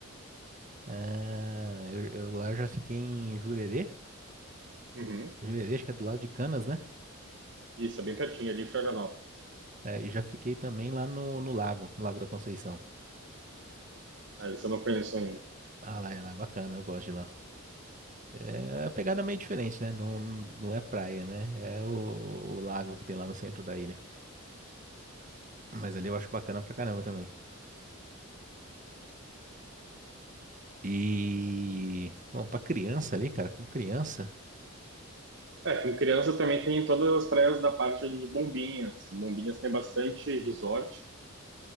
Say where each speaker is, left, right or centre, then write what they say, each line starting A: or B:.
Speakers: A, on the right; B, on the right.
A: Ah, eu, eu lá já fiquei em Jurerê.
B: Uhum.
A: Jurerê, acho que é do lado de Canas, né?
B: Isso, é bem pertinho, ali em Florianópolis.
A: É, e já fiquei também lá no, no lago, no Lago da Conceição.
B: Ah, isso eu não conheço ainda.
A: Ah, lá, é- lá é bacana, eu gosto de lá. É a pegada é meio diferente, né? Não, não é praia, né? É o, o lago que tem lá no centro da ilha. Mas ali eu acho bacana pra caramba também. E, bom, pra criança ali, cara, com criança.
B: É, com criança também tem todas as praias da parte ali de Bombinhas. Bombinhas tem bastante resort.